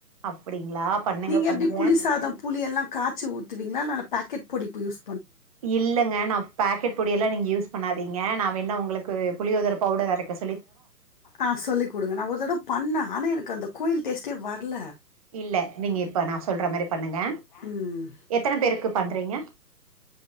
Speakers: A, on the right; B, on the left.
A: அப்டிங்களா பண்ணுங்க
B: நீங்க
A: பண்ணுங்க
B: எப்டி புளி சாதோ புளி எல்லா காய்சு ஊத்துவிங்ளா <unintelligible> பாக்கெட் பொடிப்பியூஸ்
A: இல்லங்க நா பாக்கெட் பொடியெல்லா நீங்க யூஸ் பண்ணாதீங்க நா வேண உங்ளுக்கு புளியோதர பவுடர் அரைக்க சொ
B: ஆ் சொல்லி் குடுங்க நா ஒரு தடவ பண்ண ஆனா எனக் கு அந்த கோயில் டேஸ்ட்டே வர்ல
A: இல்ல நீங்க இப்ப நா சொல்ற மாரி பண்ணுங்க
B: ம்
A: எத்தன பேருக்கு பண்றிங்க